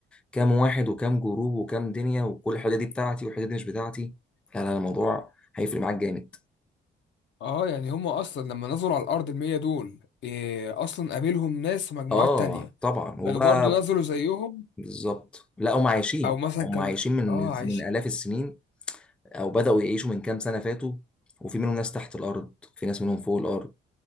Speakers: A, in the centre; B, on the left.
A: كام واحد وكام جروب وكام دنيا وكل الحاجات دي بتاعتي والحاجات دي مش بتاعتي لا لا الموضوع هيفرق معاك جامد
B: اه يعني هم أصلا لما نزلوا على الأرض المية دول إيه أصلا قابلهم ناس في مجموعات
A: اه
B: تانية
A: طبعا وبقى
B: كانوا برضو نزلوا زيهم
A: بالظبط لا هم عايشين
B: أو مثلا
A: هم
B: كانوا
A: عايشين من
B: اه عايش
A: من آلاف السنين او بدأوا يعيشوا من كام سنة فاتوا وفي منهم ناس تحت الارض في ناس منهم فوق الارض